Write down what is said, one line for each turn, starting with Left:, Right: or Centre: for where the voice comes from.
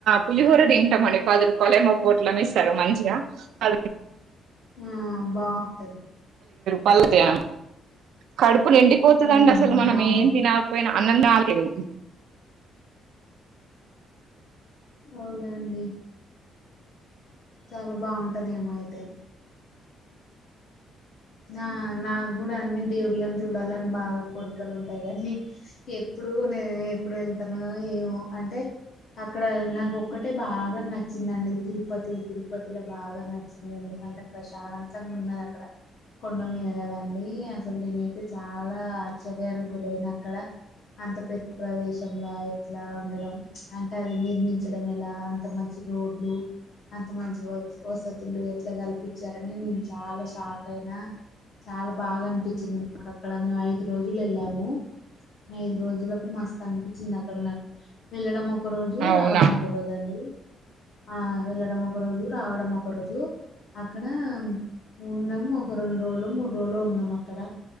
Right: పులిహోర తింటామని పదురు కొళయమ పోట్లమ్ ఇస్తారు మంచిగా ఆ.
Left: ఆహ బాగుంటాది.
Right: పళ్ళద్య కడుపు. ఇప్పుడు ఎండిపోతుందండి
Left: ఉహు
Right: అసలు మనం
Left: బాగుంటది
Right: ఏం తిన్నకపోయినా అన్నంద. ఇరు.
Left: అవునండి. చాలా బాగుంటాది ఏమో అయితే. నా నాకు కూడా. దేవుళ్ళం చూడాలని బాగా. బాగా కోరికలు ఉంటాయి కానీ ఎప్పుడు నే ఎప్పుడు ఏళ్తానో ఏమో అంటే అక్కడ నాకు ఒక్కటే బాగా నచ్చిందండి తిరుపతి తిరుపతిలో బాగా నచ్చింది ఎందుకంటే ప్రశాంతంగా ఉన్నది అక్కడ కొండ మీద కదండి అసలు నేనైతే చాలా ఆశ్చర్యానికి గురయినా అక్కడ అంత పెద్ద ప్రదేశం లా ఎట్లా ఉండడం అంటే అది నిర్మించడం ఎలా అంత మంచి రోడ్లు అంత మంచి వ వసతులు ఎట్లా కల్పించారని నేను చాలా షాక్ అయినా చాలా బాగా అనిపించింది నాకు అక్కడ మేము ఐదు రోజులు వెళ్ళాము ఐదు రోజులకు మస్తు అనిపించింది అక్కడ నాకు వెళ్ళడం ఒక ఒక రోజు
Right: అవునా
Left: రావడం ఒక రోజు అండి ఆ వెళ్ళడం ఒక రోజు రావడం ఒక రోజు అక్కడ ఉన్నాము ఒక రెండు రోజులు మూడు రోజులు ఉన్నాం అక్కడ